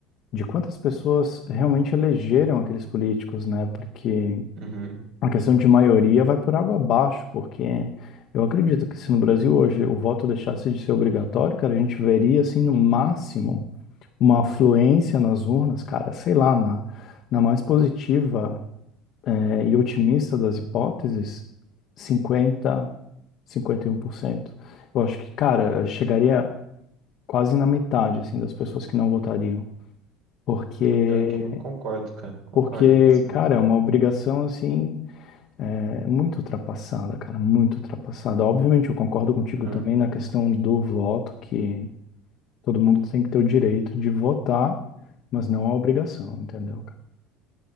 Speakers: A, on the left; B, on the right.
A: de quantas pessoas realmente elegeram aqueles políticos, né? Porque
B: Uhum.
A: a questão de maioria vai por água abaixo, porque eu acredito que se no Brasil hoje o voto deixasse de ser obrigatório, cara, a gente veria, assim, no máximo, uma afluência nas urnas, cara, sei lá, na, na mais positiva, eh, e otimista das hipóteses, cinquenta cinquenta e um por cento Eu acho que, cara, chegaria quase na metade, assim, das pessoas que não votariam. Porque,
B: Pior que eu concordo, cara. Concordo
A: porque,
B: com essa
A: cara,
B: opinião.
A: é uma obrigação, assim, É muito ultrapassada, cara, muito ultrapassada. Obviamente, eu concordo contigo
B: Ah,
A: também na questão do voto, que todo mundo tem que ter o direito de votar, mas não a obrigação, entendeu, cara?